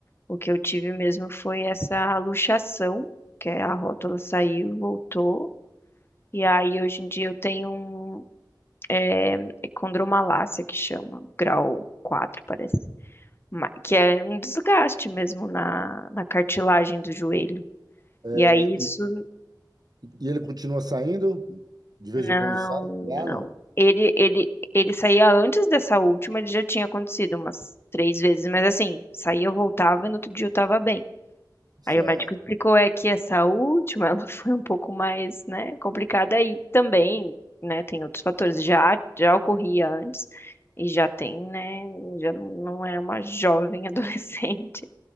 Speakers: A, on the left; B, on the right.
A: O que eu tive mesmo foi essa luxação, que é a rótula saiu, voltou. E aí, hoje em dia, eu tenho um é, é condromalácia que chama, grau 4 parece. Ma- Que é um desgaste mesmo na, na cartilagem do joelho.
B: É,
A: E aí isso,
B: e, e ele continua saindo? De vez
A: não,
B: em quando sai?
A: não.
B: Ah, não.
A: Ele, ele, ele saía antes dessa última, ele já tinha acontecido umas três vezes, mas assim, saía, eu voltava e no outro dia eu tava bem.
B: Certo.
A: Aí o médico explicou é que essa última, ela <laughs> foi um pouco mais, né, complicada e também, né, tem outros fatores. Já já ocorria antes e já tem, né, já não não é uma jovem <laughs> adolescente.